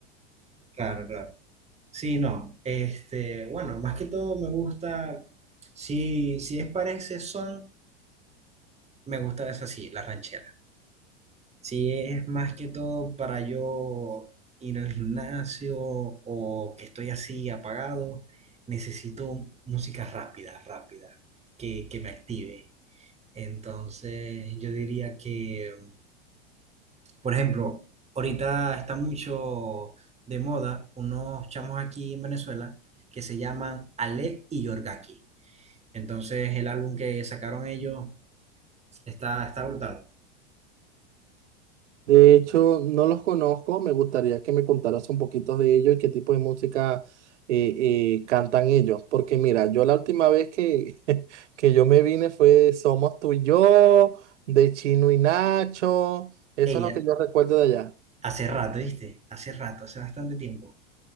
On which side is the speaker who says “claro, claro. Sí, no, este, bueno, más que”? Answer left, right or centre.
Right